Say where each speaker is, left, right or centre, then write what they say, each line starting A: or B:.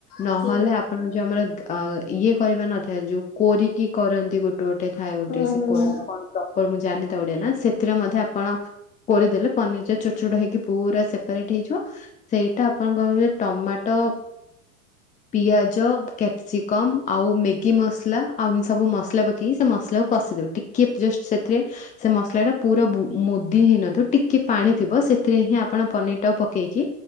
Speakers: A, on the left; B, on the left.
A: ନହଲେ
B: ହୁଁ
A: ଆପଣ ଯମାଁ ଦ୍ଅ ଇଏ କରିବା ନଥାଏ, ଯୋଉ କୋରିକି କରନ୍ତି ଗୋଟେ ଗୋଟେ ଥାଏ ଗୋଟେ
B: ହୁଁ ହୁଁ ହୁଁ।
A: ପ୍ରପର୍ ମୁଁ ଜାଣିନି ତା ଓଡିଆ ନା, ସେଥିରେ ମଧ୍ୟ ଆପଣ କୋରିଦେଲେ ପନିର୍ ଟା ଛୋଟ୍ ଛୋଟ୍ ହେଇକି ପୁରା ସେ ରେଡି ହେଇଯିବ, ସେଇଟା ଆପଣ କଁ ପକେଇଲେ ଟମାଟ ପିଆଜ, କ୍ୟାପ୍ସିକମ୍ ଆଉ ମେଗି ମସ୍ ଲା ଆଉ ଉଁ ସବୁ ମସ୍ ଲା ପ କି ସେ ମସ୍ଲା କୁ କଷିଦବେ, ଟିକି ଜସ୍ଟ ସେଥିରେ ସେ ମସ୍ଲା ଟା ପୁରା ବୁ ମୁଦି ହେଇନଥିବ, ଟିକେ ପାଣି ଥିବ, ସେଥିରେ ହିଁ ଆପଣ ପନିର୍ ଟା ପକେଇକି